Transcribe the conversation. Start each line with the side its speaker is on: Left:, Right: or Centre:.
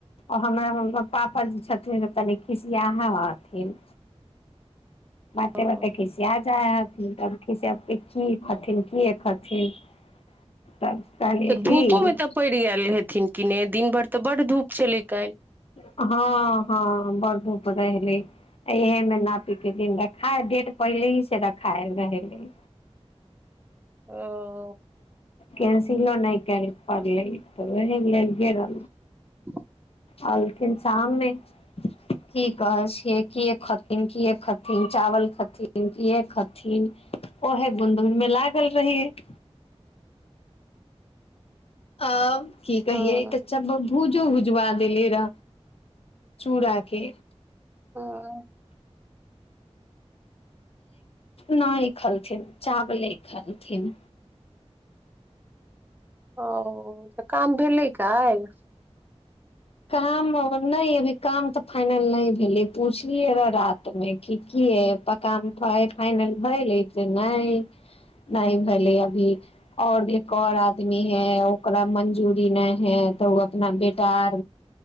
Left: आ हमरा पापा जे छथिन से तनि खिसियाह हथिन बाते
Right: ओ
Left: बाते खिस्या आ जाय हेथिन <unintelligible> की खथिन कि खथिन तब कहलियै
Right: तऽ धूपोमे
Left: की
Right: तऽ पड़ि गेल हेथिन कि ने दिन भरि तऽ बड्ड धूप चलै काल्हि
Left: हँ हँ बड़ धूप रहै इह मे नापी दिन देखाय डेट पहिलही से देखाय रहलै
Right: ओ
Left: कैंसिलो नहि गैल पड़लै तऽ ओहि लेल गेल
Right: <inaudible>
Left: अलथिन शाममे की कहै छियै किए खथिन किए खथिन चावल खथिन किए खथिन ओहे गुनुन मे लागल रहियै <inaudible> अब की कहियै
Right: हँ
Left: कचा बा भू भुजबा देलियै रहय चूड़ाके
Right: ह
Left: नहि खलथिन चावले खलथिन
Right: ओ तऽ काम भेलै काल्हि
Left: काम नहि अभी काम तऽ फाइनल नहि भेलै पूछलियै र रात मे की ए काम फाइनल भेलै नहि नहि भेलै अभी आओर एक आर आदमी है ओकरा मंजूरी नहि है तऽ ओ अपना बेटा आर